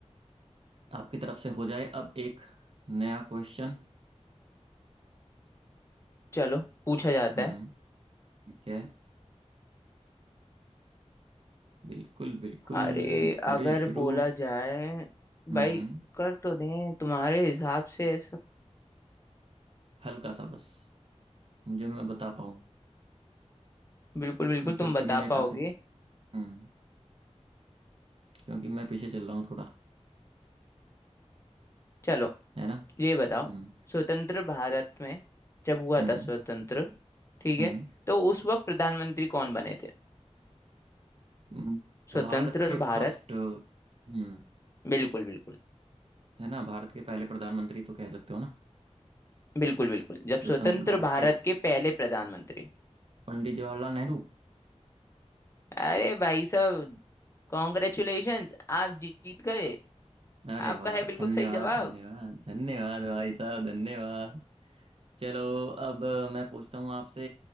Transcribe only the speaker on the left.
चलो पूछा जाता
है
अरे
अगर
बोला जाए
भाई कर तो दें तुम्हारे हिसाब से
बिल्कुल बिल्कुल तुम
बता
पाओगे
चलो
ये बताओ
स्वतंत्र भारत में जब हुआ
था स्वतंत्र ठीक
है तो उस वक्त प्रधानमंत्री कौन बने थे
स्वतंत्र
भारत
बिल्कुल बिल्कुल
बिल्कुल बिल्कुल जब
स्वतंत्र
भारत
के पहले प्रधानमंत्री
अरे भाई साहब कॉन्ग्रेचुलेशंस आप जीत गए
आपका
है बिल्कुल
सही जवाब